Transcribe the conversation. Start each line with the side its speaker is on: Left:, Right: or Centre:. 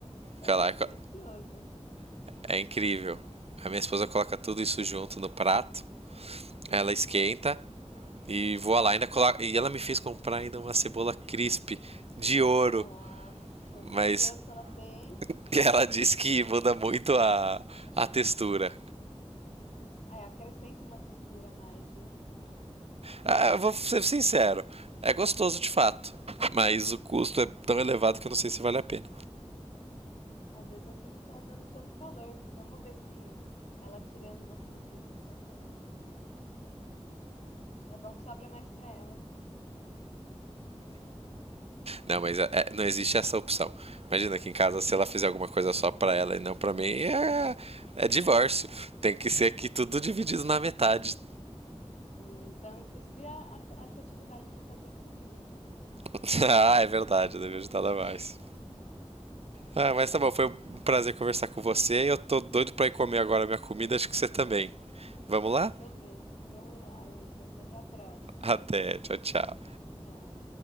Left: Parece
Right: Caraca,
Left: delicioso.
Right: é incrível. A minha esposa coloca tudo isso junto no prato Ela esquenta e voa lá. Ainda coloca... E ela me fez comprar ainda uma cebola crisp de ouro.
Left: Nossa, bom
Right: Mas
Left: gosto ela tem.
Right: <laughs> ela diz que muda muito a, a textura.
Left: Ah, acrescenta uma textura a mais, né?
Right: Ah, eu vou ser sincero. É gostoso de fato. Mas o custo é tão elevado que eu não sei se vale a pena.
Left: Às vezes você não tá dando tanto valor. Vamos ver se ela tirando você não sente tanta falta assim. É bom que sobra mais pra ela.
Right: Não, mas é- é, não existe essa opção. Imagina que em casa, se ela fizer alguma coisa só pra ela e não pra mim, é, é divórcio. Tem que ser aqui tudo dividido na metade.
Left: Hum, então, inclusive, a- a- essa atividade de fazer a comida, hein?
Right: <laughs> ah, é verdade, eu devia ajudar ela mais. Ah, mas tá bom, foi um prazer conversar com você. Eu tô doido pra ir comer agora a minha comida, acho que você também. Vamos lá?
Left: Eu também. Vamos lá, Lucas. Até a próxima.
Right: Até, tchau, tchau.
Left: Já.